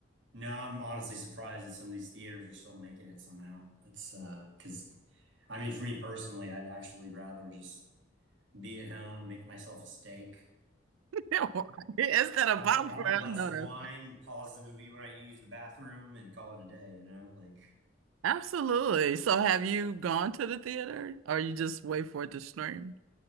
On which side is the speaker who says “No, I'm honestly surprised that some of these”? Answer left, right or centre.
Right